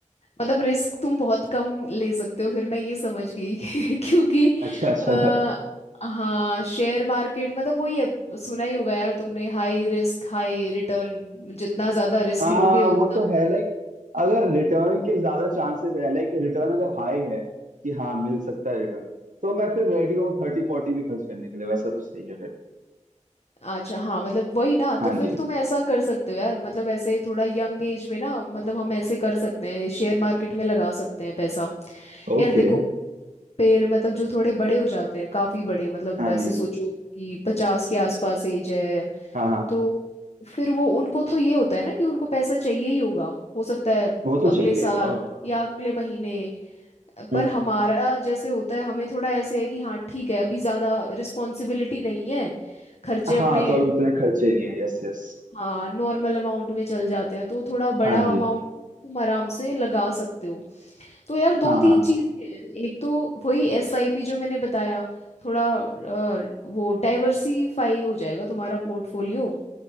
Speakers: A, on the left; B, on the right.
A: मतलब रिस्क तुम बहुत कम ले सकते हो फिर मैं ये समझ गई <laughs> क्योंकि
B: अच्छा अच्छा
A: अ, हाँ शेयर मार्केट मतलब वही है सुना ही होगा यार तुमने हाई रिस्क हाई रिटर्न जितना ज्यादा रिस्क
B: हाँ
A: लोगे
B: हाँ
A: उतना
B: वो तो है लाइक अगर रिटर्न के ज्यादा चांसेस है लाइक रिटर्न अगर हाई है कि हाँ मिल सकता है रिटर्न तो मैं फिर रेडी हूँ थर्टी फोर्टी भी खर्च करने के लिए वैसा तो सही है फिर
A: अच्छा हाँ मतलब वही ना
B: हाँ
A: तो फिर
B: जी
A: तुम ऐसा कर सकते हो यार मतलब ऐसे थोड़ा यंग एज में ना मतलब हम ऐसे कर सकते हैं शेयर मार्केट में लगा सकते हैं पैसा
B: ओके
A: यार देखो पेड़ मतलब जो थोड़े बड़े हो जाते हैं काफी बड़े मतलब
B: हाँ
A: वैसे
B: जी
A: सोचो कि पचास के आसपास एज है
B: हाँ हाँ
A: तो फिर वो उनको तो ये होता है ना कि उनको पैसा चाहिए ही होगा हो सकता है
B: वो तो
A: अगले
B: चाहिए
A: साल
B: ही होगा वो तो
A: या
B: है।
A: अगले महीने
B: हम्म।
A: पर हमारा जैसे होता है हमें थोड़ा ऐसे है कि हाँ ठीक है अभी ज़्यादा रिस्पॉन्सिबिलिटी नहीं है खर्चे अपने
B: हाँ तो अभी उतने खर्चे नहीं है यस यस
A: हाँ नॉर्मल अमाउंट में चल जाते हैं तो थोड़ा बड़ा
B: हाँ जी
A: अमाउंट तुम आराम से लगा सकते हो तो यार दो
B: हाँ
A: तीन
B: हाँ
A: चीज़ें हैं एक तो वही एसआईपी जो मैंने बताया थोड़ा अ, वो डाइवर्सिफाई हो जाएगा तुम्हारा पोर्टफोलियो